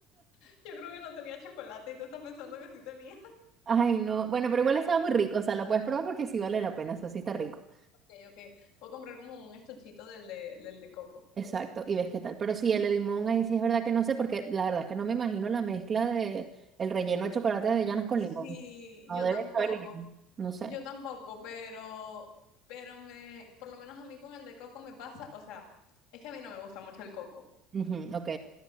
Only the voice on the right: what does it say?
<laughs> Ay, no. Bueno, pero igual estaba muy rico. O sea, lo puedes probar porque sí vale la pena. Eso sí está rico.
Exacto. Y ves qué tal. Pero sí, el de limón, ahí sí es verdad que no sé, porque la verdad es que no me imagino la mezcla de el relleno de chocolate de avellanas con
limón. No
debe
saber bien. No sé.
Ujú, ok.